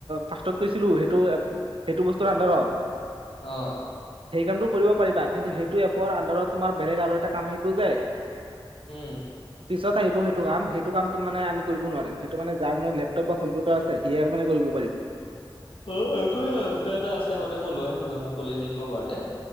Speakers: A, on the right; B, on the left.
A: ফাচটট কৈছিলোঁ সেইটো সেইটো বস্তুৰ আন্দাৰত?
B: অ',
A: সেই কামটো কৰিব পাৰিবা কিন্তু সেইটো এপৰ আন্দাৰত তোমাৰ বেলেগ আৰু এটা কাম আহিব যে।
B: উম,
A: পিছত আহিব সেইটো কাম সেইটো কামটো মানে আমি কৰিব নোৱাৰিম সেইটো মানে যাৰ মানে লেপ লেপটপ বা কম্পিউটাৰ আছে হীয়ে মানে কৰিব পাৰিব।
B: অ, একো নাই মোৰ তাত এটা আছে বাৰুতে মই লৈ আহিম গৈ মোক কলে দি দিব বাৰুতে।